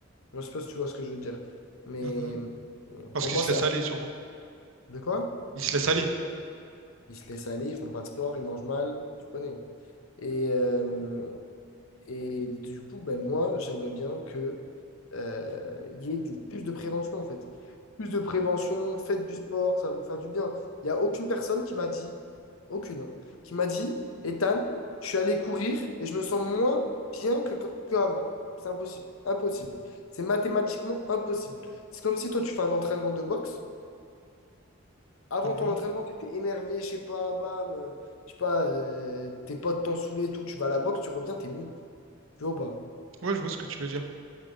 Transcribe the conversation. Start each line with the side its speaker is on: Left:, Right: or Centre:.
Left: Je sais pas si tu vois ce que je veux dire. Mais
Right: Mhm.
Left: euh,
Right: Parce
Left: pour
Right: qu'il
Left: moi,
Right: se
Left: c'est
Right: laisse
Left: un...
Right: aller, sûrement.
Left: De quoi?
Right: Il se laisse aller.
Left: Ils se laissent aller, ils font pas de sport, ils mangent mal, tu connais. Et, euh, Et du coup, ben moi, j'aimerais bien que euh, il y ait du- plus de prévention, en fait. Plus de prévention, faites du sport, ça va vous faire du bien. Il n'y a aucune personne qui m'a dit, aucune, hein, qui m'a dit, Ethan, je suis allé courir et je me sens moins bien que, que avant. C'est impossible. Impossible. C'est mathématiquement impossible. C'est comme si toi, tu fais un entraînement de boxe. Avant
Right: Mhm.
Left: ton entraînement, tu étais énervé, je sais pas, bam, euh, je sais pas, euh, tes potes t'ont saoulé et tout, tu vas à la boxe, tu reviens, t'es mieux. Tu vois ou pas?
Right: Ouais, je vois ce que tu veux dire.